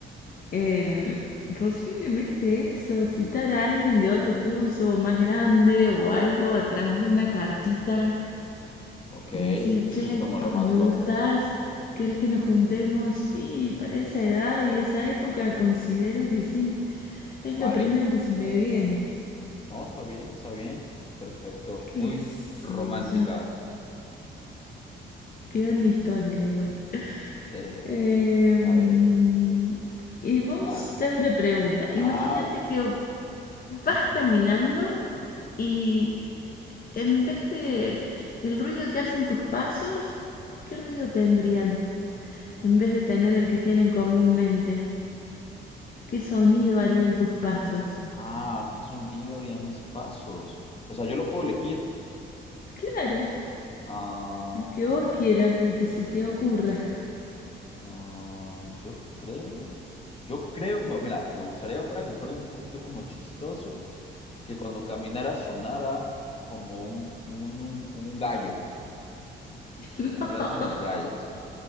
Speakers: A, on the left (about 45°); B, on the left (about 30°).
A: eh, posiblemente eso, citar a alguien de otro curso más grande o algo a través de una cartita.
B: ok.
A: Y decir, che,
B: Eso es como lo
A: ah,
B: más
A: me
B: loco,
A: gustás, ¿querés que nos juntemos? Sí, para esa edad y esa época considero que sí. Es
B: ¿vale?
A: lo primero que se me viene.
B: No, está bien, está bien. Perfecto.
A: ¿Qué
B: Muy
A: sé
B: romántica.
A: yo? Quedó en la historia igual.
B: <laughs> Está
A: Eh, mm,
B: bien.
A: y vos
B: Vas.
A: te hago una pregunta. Imagínate
B: Ah,
A: que vas
B: ajá.
A: caminando y en vez de el ruido que hacen tus pasos, ¿qué ruido tendrían? En vez de tener el que tienen comúnmente. ¿Qué sonido harían tus pasos?
B: Ah, ¿qué sonido harían mis pasos? O sea, yo lo puedo elegir.
A: Claro,
B: Ah,
A: el que
B: mm,
A: vos quieras, el que se te ocurra.
B: ah, yo creo, yo creo, me- mira, me gustaría para que fuera un poquito como chistoso, que cuando caminara sonara como un, un, un, un gallo,
A: <laughs> No,
B: como le hacen los gallos.